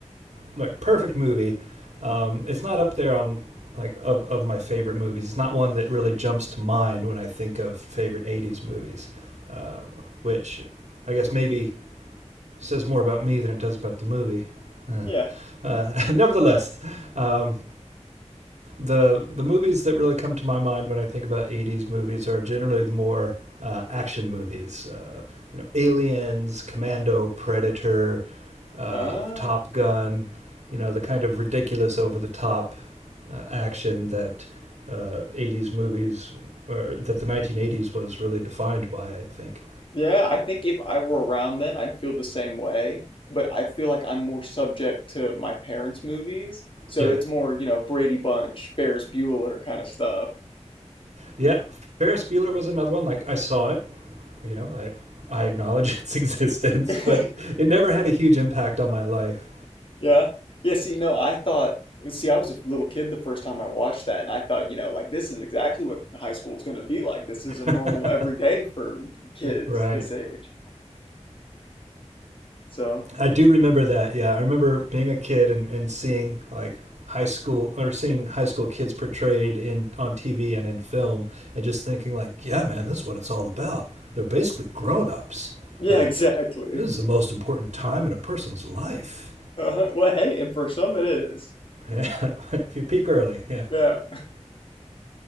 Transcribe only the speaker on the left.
Yeah.
Ah.
Yeah, I think if I were around then, I'd feel the same way, but I feel like I'm more subject to my parents' movies. So
it's more, you know, Brady Bunch, Ferris Bueller kind of stuff.
<laughs>
Yeah. Yeah, see, no, I thought, see, I was a little kid the first time I watched that, and I thought, you know, like this is exactly what high school is going to be like. This is
a normal everyday for kids
this age. So,
yeah,
<laughs> exactly.
Uh-huh. Well, hey, and for some it is.
Yeah.